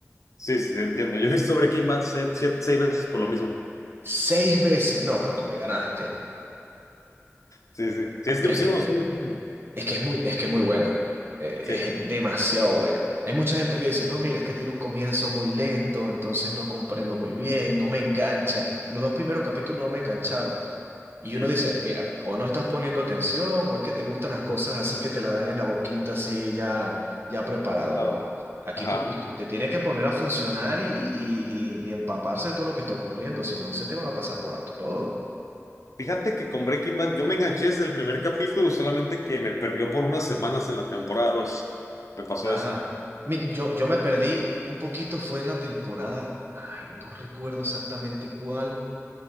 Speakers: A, on the left; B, on the right.
A: Sí, sí, sí, entiendo. Yo he visto Breaking Bad se- siete- seis veces por lo mismo. <laughs>
B: Seis veces. No, pero tú me ganaste.
A: Sí, sí. Sí, es
B: Pero
A: que
B: es
A: sí
B: que
A: me gustó muchísimo.
B: es que es muy, es que es muy buena. Eh,
A: Sí.
B: Es demasiado buena. Hay mucha gente que dice, no, mira, es que tiene un comienzo muy lento, entonces no comprendo muy bien, no me engancha. Los dos primeros capítulos no me engancharon. Y
A: Mm.
B: uno dice, mira, o no estás poniendo atención, o es que te gustan las cosas así que te la dan en la boquita, así ya, ya preparado.
A: Procesado.
B: No. Aquí
A: Ajá.
B: tú, usted usted tiene que poner a funcionar y, y, y y empaparse de todo lo que está ocurriendo, si no, se te van a pasar por alto todo.
A: Fíjate que con Breaking Bad yo me enganché desde el primer capítulo, solamente que me perdió por unas semanas en la temporada dos Me pasó
B: Ajá.
A: eso.
B: Mi- Yo, yo me perdí un poquito, fue en la temporada, ay, no recuerdo exactamente cuál,